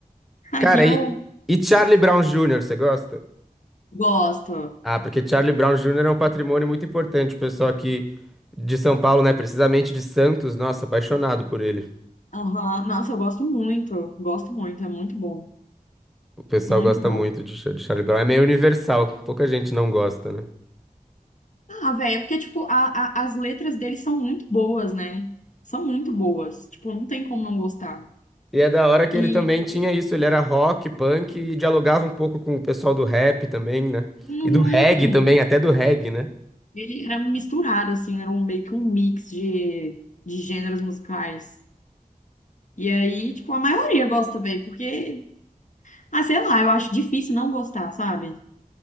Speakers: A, on the left; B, in the centre.
A: <laughs> Aí
B: Cara,
A: eu
B: e, e Charlie Brown Jr., você gosta?
A: gosto.
B: Ah, porque Charlie Brown Jr. é um patrimônio muito importante, o pessoal aqui de São Paulo, né? Precisamente de Santos, nossa, apaixonado por ele.
A: Aham, Nossa, eu gosto muito, gosto muito, é muito bom,
B: O pessoal
A: muito
B: gosta
A: bom.
B: muito de, Cha- de Charlie Brown, é meio universal, pouca gente não gosta, né?
A: Ah, velho, é porque, tipo, a, a- as letras deles são muito boas, né? São muito boas, tipo, não tem como não gostar.
B: E é da hora que
A: E,
B: ele também tinha isso, ele era rock, punk e dialogava um pouco com o pessoal do rap também, né?
A: uhum,
B: E do reggae também, até do reggae, né?
A: Ele era misturado, assim, era um, meio que um mix de, de gêneros musicais. E aí, tipo, a maioria gosta bem, porque, ah, sei lá, eu acho difícil não gostar, sabe?